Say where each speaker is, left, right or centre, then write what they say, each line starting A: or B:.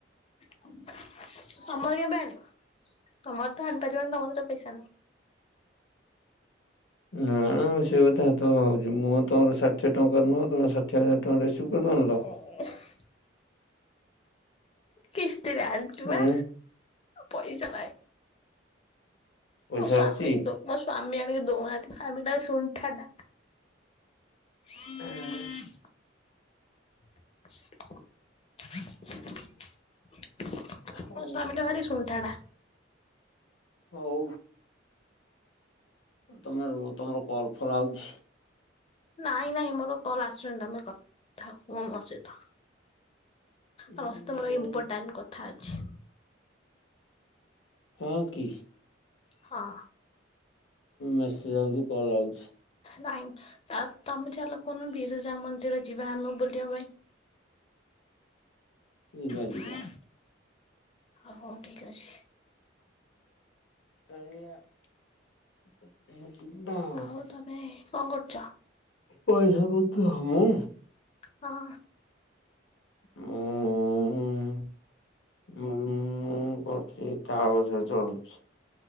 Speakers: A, on the left; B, on the left.
A: <inaudible> ତମର କେବେ ଆଣିବ? ତମର ତ ଆଣିପାରିବନି ତମ କତିରେ ପଇସା ନାହିଁ।
B: ନାଁ ନାଁ ମୁ ସେଇ କଥା ହେତଳୁ ଭାବୁଛି ମୁଁ ତମର ଷାଠିଏ ଟଙ୍କା ନୁହଁ ତମେ ଷାଠିଏ ହଜାର ଟଙ୍କାର ଏସି କୁଆଡୁ ଆଣିଲ?
A: <inaudible> କିସ୍ତିରେ ଆଣିିଚୁ ପା
B: ଉଁ
A: ପଇସା ନାହିଁ।
B: ପଇସା
A: ମୋ ସ୍ଵାମୀକି
B: ଅଛି
A: ଦଉ, ମୋ ସ୍ଵାମୀ ଆଣିକି ଦଉନାହାନ୍ତି, ସ୍ଵାମୀଟା ଶୁଣ୍ଠାଟା। <inaudible>
B: ଏଁ,
A: <inaudible> ମୋ
B: ହଉ
A: ସ୍ଵାମୀଟା ଭାରି ଶୁଣ୍ଠାଟା।
B: ହଉ। ତମେ ରୁହ ତମର କଲ୍ ଫଲ୍ ଆଉଛି।
A: ନାଇଁ ନାଇଁ ମୋର କଲ୍ ଆସୁନି ତମେ କଥା ହୁଅ ମୋ ସହିତ।
B: ଉଁ,
A: ତମ ସହିତ ମୋର
B: ହଉ
A: ଇମ୍ପୋର୍ଟାଣ୍ଟ କଥା ଅଛି।
B: ହଁ କି
A: ହଁ
B: ମେସେଜ୍ ଆଉଚି କଲ୍ ଆଉଛି।
A: ନାଇଁ ଆଉ ତମେ ଚାଲ କୁଉନ୍ନ ବିରଜା ମନ୍ଦିର ଯିବା ଆମେ ବୁଲିବା ପାଇଁ।
B: ଯିବା,
A: ହ
B: ଯିବା।
A: ହଉ ଠିକ୍ ଅଛି।
B: <unintelligible> ମୁ ଯିବି, ନାଁ।
A: ଆଉ ତମେ କଣ କରୁଚ?
B: ପଇସା ବହୁତ, ମୁଁ?
A: ହଁ।
B: ମୁଁ। ମୁଁ କରୁଚି ତା ଗଛରେ ଚଳୁଛି।